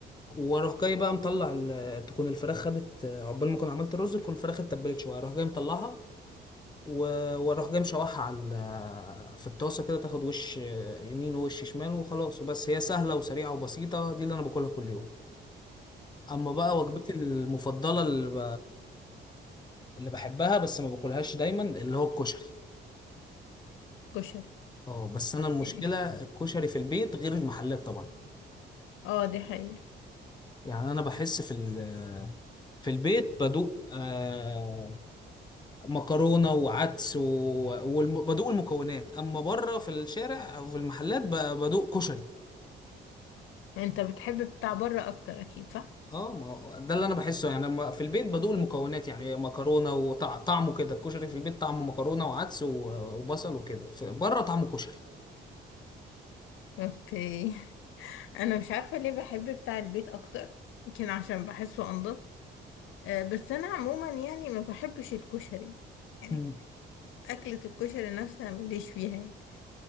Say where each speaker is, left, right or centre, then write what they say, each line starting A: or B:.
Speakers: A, on the left (about 20°); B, on the left (about 80°).
A: وأروح جاي بقى مطلع ال- تكون الفراخ خدت آه، عقبال ما أكون عملت الرز تكون الفراخ اتبلت شوية أروح جاي مطلعها و- وأروح جاي مشوحها على ال- في الطاسة كده تاخد وش آه، يمين ووش شمال وخلاص وبس هي سهلة وسريعة وبسيطة دي اللي أنا باكلها كل يوم أما بقى وجبتي المفضلة اللي ب... اللي بحبها بس ما باكلهاش دايما اللي هو الكشري
B: كشري
A: اه بس انا المشكله
B: <laughs>
A: الكشري في البيت غير المحلات طبعا
B: اه دي حقيقة
A: يعني انا بحس في ال- في البيت بدوق آه مكرونه وعدس وبدوق المكونات اما بره في الشارع او في المحلات ب- بدوق كشري
B: انت بتحب بتاع بره اكتر اكيد صح
A: اه ما هو ده اللي انا بحسه يعني لما في البيت بدوق المكونات يعني مكرونه وطعمه كده الكشري في البيت طعمه مكرونه وعدس و- وبصل وكده بره طعمه كشري
B: اوكي <laughs> انا مش عارفة ليه بحب بتاع البيت اكتر يمكن عشان بحسه انضف آه، بس انا عموما يعني ما بحبش الكشري يعني
A: مم.
B: اكلة الكشري نفسها ماليش فيها يعني.